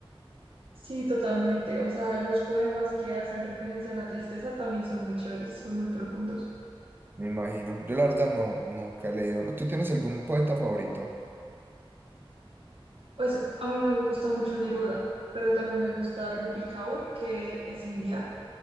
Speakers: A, on the right; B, on the right.
A: Sí, totalmente. O sea, los poemas que hacen referencia a la tristeza también son muy chéveres, son muy profundos.
B: Me imagino. Yo la verdad no, nunca he leído. ¿Tú tienes algún poeta favorito?
A: Pues a mí me gusta mucho Neruda, pero también me gusta Rupi Kaur, que es india.